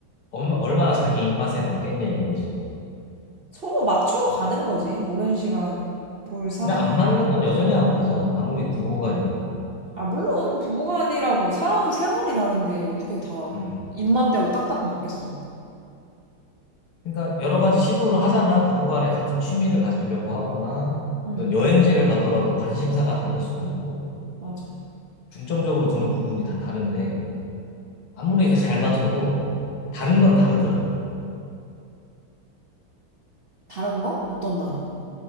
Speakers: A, on the left (about 75°); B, on the right (about 50°).
A: 얼마- 얼마나 자기 입맛에 맞겠냐 이거지.
B: 서로 맞춰가는 거지. 오랜 시간 볼 사람이.
A: 근데 안 맞는 건 여전히 안 맞아. 아무리 부부간이라도.
B: 아, 물론 부부간이라고 살아온 세월이 다른데 어떻게 다
A: 음.
B: 입맛대로 딱딱 맞겠어.
A: 그러니까 여러 가지 시도를 하잖아. 부부간에 같은 취미를 가지려고 하거나
B: 응,
A: 어떤 여행지를 가더라도 관심사가 다를 수도 있고
B: 맞아.
A: 중점적으로 두는 부분이 다 다른데 아무리 이제 잘 맞춰도 다른 건 다르더라고.
B: 다른 거? 어떤 다른 거?